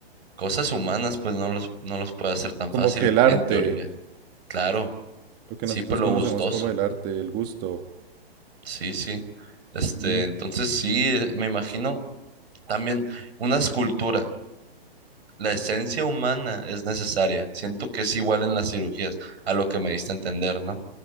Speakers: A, on the right; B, on the right.
A: cosas humanas, pues no los, no los puede hacer tan
B: como
A: fácil,
B: que el arte,
A: en teoría. Claro,
B: lo que
A: sí,
B: nosotros
A: pues lo
B: conocemos
A: gustoso,
B: como el arte, el gusto.
A: sí, sí. Este,
B: mm,
A: entonces sí, eh, me imagino también una escultura. la esencia humana es necesaria. Siento que es igual en las cirugías, a lo que me diste a entender, ¿no?